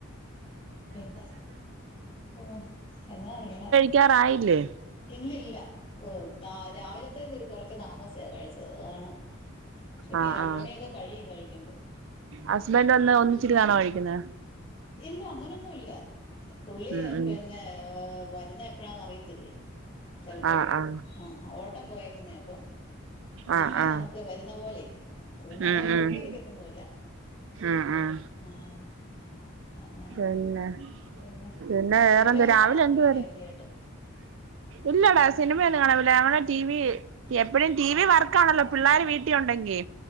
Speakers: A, on the left; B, on the right.
A: പിന്നെ ഉം എന്നാ ഇങ്ങനെ
B: ക്കാറായില്ലേ?
A: ഇല്ലില്ല ഓഹ് താ രാവിലത്തേത് കൊറച്ച് താമസിച്ച കഴിച്ചത് അത് കാരണം. ഉച്ചെക്ക്
B: ആഹ്
A: രണ്ട്
B: ആഹ്
A: മണിയൊക്കെ കഴിയും കഴിക്കുമ്പം
B: ഹസ്ബൻഡ് വന്ന് ഒന്നിച്ചിരുന്നാണോ കഴിക്കുന്നെ?
A: ഇല്ല അങ്ങനൊന്നുവില്ല പുള്ളി
B: ഉം ഉം
A: പിന്നെ വരുന്നെ എപ്പഴാന്നറിയത്തില്ലേ ചെൽപ്പം
B: ആഹ് ആഹ്
A: ആ ഓട്ടം പോയക്കുന്നേ അപ്പം സമയം
B: ആഹ് ആഹ്
A: നമുക്ക് വരുന്ന പോലെ അതുകൊണ്ടങ്ങനെ
B: ഉം
A: നോക്കിരിക്കത്തൊന്നുവില്ല
B: ഉം ആഹ് ആഹ്
A: ആഹ് അങ്ങനെ
B: പിന്നെ
A: പിന്നെ
B: പിന്നെ വേറെന്ത്
A: സിനിമയൊന്നും
B: രാവിലെ
A: കാണാൻ
B: എന്തുവായിര്
A: പോയില്ലേ അവധിയായിട്ട്.
B: ഇല്ലടാ സിനിമയൊന്നും കാണാൻ പോയില്ല ഞങ്ങളെ ടി വി എപ്പഴും ടി വി വർക്കാണല്ലോ പിള്ളര് വീട്ടി ഒണ്ടെങ്കി